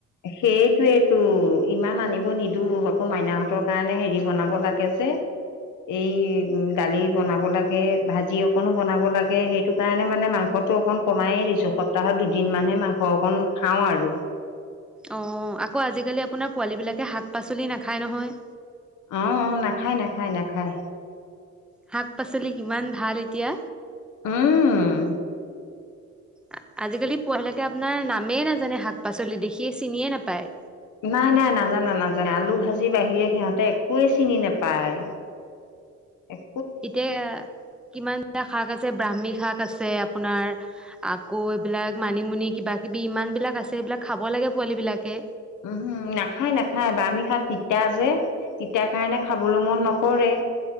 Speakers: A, on the left; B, in the centre.
A: সেইটোৱেতো ইমান আনিব নিদো আকৌ মাইনাহঁতৰ কাৰণে হেৰি বনাব লাগে যে এই উ দালি বনাব লাগে ভাজি অকনো বনাব লাগে সেইটো তাই আনে মানে মাংসটো অকণ কমাই দিছো সপ্তাহত দুদিন মানহে মাংস অকণ খাওঁ আৰু
B: অঁ আকৌ আজিকালি আপোনাৰ পোৱালী বিলাকে শাক পাচলি নেখায় নহয়
A: অ, অ, নেখায়, নেখায়, নেখায়!
B: শাক পাচলি কিমান ভাল এতিয়া,
A: উম,,,
B: আ আজিকালি পোৱালি‌বিলাকে আপোনাৰ নামেই নাজানে শাক পাচলি দেখি চিনিয়ে নাপায়।
A: নাই, নাই নাজানে নাজানে আলু ভাজি বাহিৰে সিহঁতে একোৱে চিনি নেপায়। এক
B: এতিয়া কিমানটা শাক আছে ব্ৰাহ্মী শাক আছে আপোনাৰ আকৌ এইবিলাক মানিমুনি কিবাকিবি ইমানবিলাক আছে এইবিলাক খাব লাগে পোৱালিবিলাকে
A: উম হো নাখায় নাখায় বামি শাক তিতা যে তিতা কাৰণে খাবলও মন নকৰে।